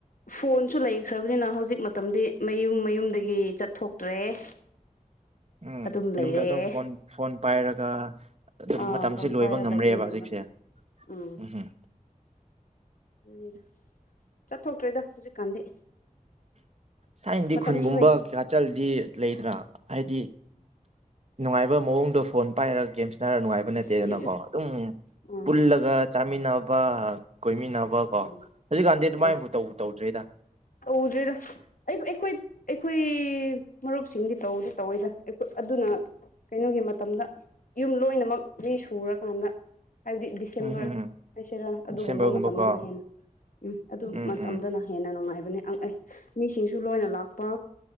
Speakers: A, on the left; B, on the right.
A: ꯐꯣꯟꯁꯨ ꯂꯩꯈ꯭ꯔꯕꯅꯤꯅ ꯍꯧꯖꯤꯛ ꯃꯇꯝꯗꯤ ꯃꯌꯨꯝ ꯃꯌꯨꯝꯗꯒꯤ ꯆꯠꯊꯣꯛꯇ꯭ꯔꯦ <inaudible>
B: ꯎꯝ
A: ꯑꯗꯨꯝ ꯂꯩꯔꯦ
B: ꯌꯨꯝꯗ ꯑꯗꯨꯝ ꯐꯣꯟ ꯐꯣꯟ ꯄꯥꯏꯔꯒ ꯑꯗꯨꯝ
A: ꯑꯥ
B: ꯃꯇꯝꯁꯦ
A: ꯐꯣꯟ
B: ꯂꯣꯏꯕ
A: ꯄꯥꯏꯔꯒ
B: ꯉꯝꯔꯦꯕ
A: ꯑꯗꯨꯝ ꯂꯩꯕ
B: ꯍꯧꯖꯤꯛꯁꯦ
A: ꯎꯝ
B: ꯎꯝꯍꯝ
A: ꯑꯗꯨꯅꯤꯗ ꯆꯠꯊꯣꯛꯇ꯭ꯔꯦꯗ ꯍꯧꯖꯤꯛꯀꯥꯟꯗꯤ
B: ꯊꯥꯏꯅꯗꯤ
A: ꯃꯇꯝꯁꯨ
B: ꯈꯨꯟꯒꯨꯝꯕ
A: ꯂꯩꯇꯦ
B: ꯀꯩꯀꯥ ꯆꯜꯗꯤ ꯂꯩꯗꯅ ꯍꯥꯏꯗꯤ ꯅꯨꯡꯉꯥꯏꯕ ꯃꯑꯣꯡꯗꯣ ꯐꯣꯟ ꯄꯥꯏꯔꯒ ꯒꯦꯝꯁ ꯔ ꯅꯨꯡꯉꯥꯏꯕ ꯅꯠꯇꯦꯗꯅꯀꯣ
A: ꯑꯌꯨ
B: ꯑꯗꯨꯝ
A: ꯎꯝ
B: ꯄꯨꯜꯂꯒ ꯆꯥꯃꯤꯟꯅꯕ ꯀꯣꯏꯃꯤꯟꯅꯕ ꯀꯣ
A: ꯎꯝ
B: ꯍꯧꯖꯤꯛꯀꯥꯟꯗꯤ ꯑꯗꯨꯃꯥꯏꯅꯐꯥꯎ
A: ꯍꯣꯏ
B: ꯇꯧ ꯇꯧꯗ꯭ꯔꯦꯗ
A: ꯇꯧꯗ꯭ꯔꯦꯗ ꯑꯩ ꯑꯩꯈꯣꯏ ꯑꯈꯣꯏ ꯃꯔꯨꯞꯁꯤꯡꯗꯤ ꯇꯧꯗꯤ ꯇꯧꯋꯦꯗ ꯑꯗꯨꯅ ꯀꯩꯅꯣꯒꯤ ꯃꯇꯝꯗ ꯌꯨꯝ ꯂꯣꯏꯅꯃꯛ ꯃꯤ ꯁꯨꯔꯀꯥꯟꯗ ꯍꯥꯏꯕꯗꯤ ꯗꯤꯁꯦꯝꯕꯔ
B: ꯎꯝ ꯎꯝ ꯎꯝ
A: ꯍꯥꯏꯁꯤꯔ ꯑꯗꯨꯒꯨꯝꯕ
B: ꯗꯤꯁꯦꯝꯕꯔꯒꯨꯝꯕꯀꯣ
A: ꯃꯇꯝꯗꯅ ꯍꯦꯟꯅ ꯎꯝ ꯑꯗꯨ
B: ꯎꯝ
A: ꯃꯇꯝꯗꯅ
B: ꯎꯝ
A: ꯍꯦꯟꯅ ꯅꯨꯡꯉꯥꯏ ꯑꯦ ꯃꯤꯁꯤꯡꯁꯨ ꯂꯣꯏꯅ ꯂꯥꯛꯄ